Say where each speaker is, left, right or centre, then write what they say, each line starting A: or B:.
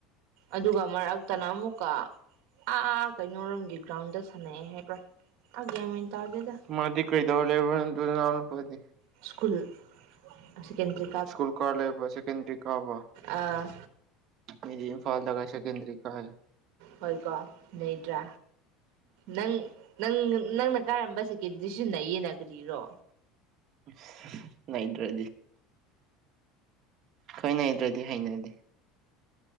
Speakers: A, on the right (about 65°); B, on the right (about 45°).
A: ꯑꯗꯨꯒ ꯃꯔꯛ ꯇꯅ ꯑꯃꯨꯛꯀ ꯑꯥ ꯀꯩꯅꯣꯔꯝꯒꯤ ꯒ꯭ꯔꯥꯎꯟꯗ ꯁꯥꯟꯅꯩꯑꯦ ꯍꯥꯏꯕ꯭ꯔꯥ ꯑꯥ ꯒꯦꯝꯃꯦꯟ ꯇꯥꯗꯦꯗ
B: ꯃꯥꯗꯤ ꯀꯩꯗꯧ ꯂꯩꯕꯔ ꯑꯗꯨ ꯂꯎꯅꯨꯄꯗꯤ
A: ꯁ꯭ꯀꯨꯜ ꯁꯦꯀꯦꯟꯗꯔꯤ
B: ꯁ꯭ꯀꯨꯜ ꯀꯥꯔꯂꯕ ꯁꯦꯀꯦꯟꯗꯔꯤ ꯀꯥꯕꯔ
A: ꯑꯥ
B: ꯑꯩꯈꯣꯢꯗꯤ ꯏꯝꯐꯥꯜꯗ ꯁꯦꯀꯦꯟꯗ꯭ꯔꯤ ꯀꯌꯦ
A: ꯍꯣꯏꯀꯣ ꯑꯩꯒ ꯅꯪ ꯅꯪ ꯅꯪꯅ ꯀꯥꯏꯔꯝꯕ ꯁꯦꯀꯦꯟꯗꯤꯔꯁꯤ ꯅꯩꯌꯦꯅ ꯀ꯭ꯔꯤꯔꯣ
B: ꯎꯁ ꯅꯩꯗ꯭ꯔꯗꯤ ꯈꯪꯅꯗ꯭ꯔꯗꯤ ꯍꯩꯅꯗꯦ